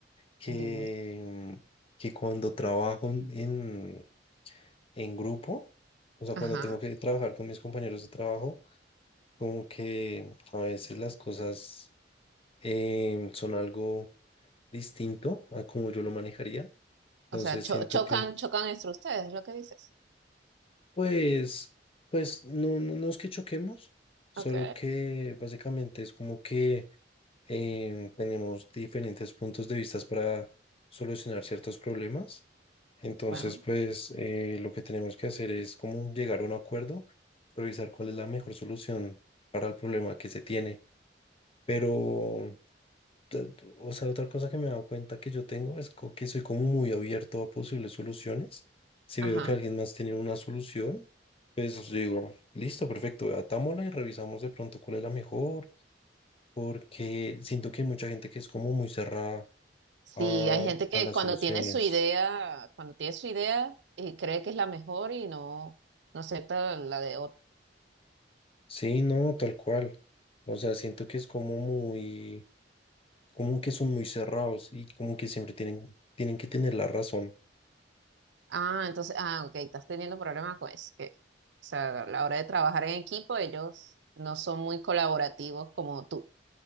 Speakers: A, on the left; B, on the right.
A: que,
B: Dime.
A: mm, que cuando trabajo en, en en grupo, o sea, cuando
B: Ajá.
A: tengo que trabajar con mis compañeros de trabajo, como que a veces las cosas em, son algo distinto a como yo lo manejaría. Entonces
B: O sea, cho-
A: siento
B: chocan,
A: que,
B: chocan entre ustedes, es lo que dices.
A: pues, pues no, no no es que choquemos, solo
B: Ok,
A: que básicamente es como que em, tenemos diferentes puntos de vista para solucionar ciertos problemas. Entonces,
B: bueno,
A: pues eh, lo que tenemos que hacer es como llegar a un acuerdo, revisar cuál es la mejor solución para el problema que se tiene. Pero, t- t- o sea, otra cosa que me he dado cuenta que yo tengo es co- que soy como muy abierto a posibles soluciones. Si
B: ajá.
A: veo que alguien más tiene una solución, pues yo digo, listo, perfecto, atámosla y revisamos de pronto cuál es la mejor porque siento que hay mucha gente que es como muy cerrada
B: Sí,
A: a,
B: hay gente que
A: a las
B: cuando
A: soluciones.
B: tiene su idea, cuando tiene su idea y cree que es la mejor y no, no acepta la de otro.
A: Sí, no, tal cual. O sea, siento que es como muy, como que son muy cerrados y como que siempre tienen, tienen que tener la razón.
B: Ah, entonces, ah, ok, estás teniendo problemas con eso. que, O sea, a la hora de trabajar en equipo, ellos no son muy colaborativos como tú.